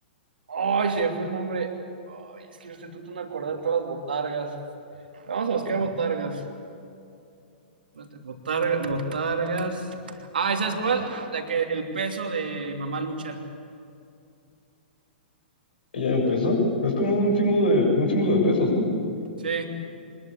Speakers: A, on the right; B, on the left.
A: Ay, se me fue el nombre. Ay, es que yo estoy tratando de acordar de todas las botargas. Vamos a buscar botargas. Espérate, botarga- botargas. Ah, ¿y sabes cuál? La que, el peso de Mamá Lucha.
B: Ya empezó. Es como un símbolo de, un símbolo de pesos, ¿no?
A: Sí,